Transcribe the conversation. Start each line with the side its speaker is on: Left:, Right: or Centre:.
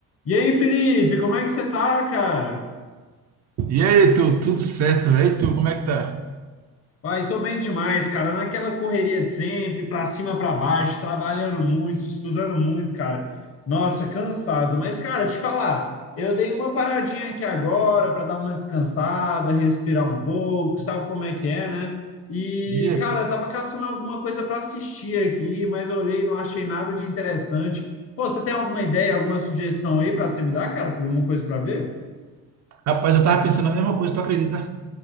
Left: E aí, Felipe, como é que você tá, cara?
Right: E aí, tu, tudo certo? E aí, tu, como é que tá?
Left: Ai, tô bem demais, cara. Naquela correria de sempre, pra cima, pra baixo, trabalhando muito, estudando muito, cara. Nossa, cansado. Mas, cara, te falar, eu dei uma paradinha aqui agora pra dar uma descansada, respirar um pouco, sabe como é que é, né? E,
Right: E aí,
Left: cara,
Right: pô?
Left: eu tava caçando alguma coisa pra assistir aqui, mas olhei, não achei nada de interessante. Pô, você tem alguma ideia, alguma sugestão aí pra você me dar, cara, de alguma coisa pra ver?
Right: Rapaz, eu tava pensando a mesma coisa, tu acredita?